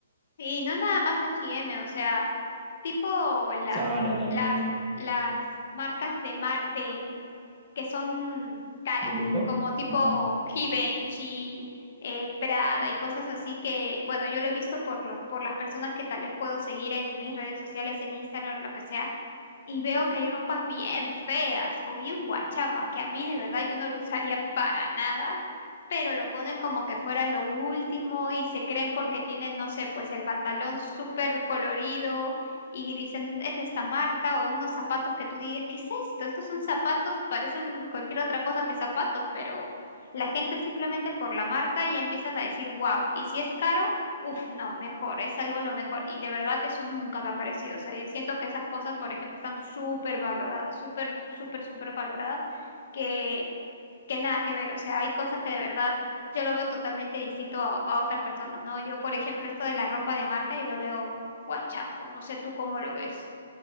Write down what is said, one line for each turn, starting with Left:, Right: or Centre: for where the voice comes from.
Left: Sí, no nada más H&M, o sea, tipo las
Right: Sara también,
Left: las las marcas de mar de mm, que son caras,
Right: de lujo.
Left: como tipo
Right: Ajá.
Left: Givenchy, eh, Prada y cosas así que, bueno, yo lo he visto por lo por las personas que tal vez puedo seguir en mis redes sociales, en Instagram, lo que sea, y veo que hay ropas bien feas o bien guachafas que a mí de verdad yo no lo usaría para nada pero lo ponen como que fuera lo último y se creen porque tienen, no sé, pues el pantalón súper colorido y dicen es de esta marca o unos zapatos que tú digas, ¿qué es esto? Estos son zapatos, parecen cualquier otra cosa que zapatos, pero la gente simplemente por la marca ya empiezan a decir, wow, y si es caro, uff, no, mejor, es algo lo mejor. Y de verdad eso nunca me ha parecido. O sea, y siento que esas cosas, por ejemplo, están súper valoradas, súper, súper, súper valoradas. que que nada que ver, o sea, hay cosas que de verdad yo lo veo totalmente distinto a, a otras personas, ¿no? Yo, por ejemplo, esto de la ropa de marca, yo lo veo guachafo, no sé tú cómo lo ves.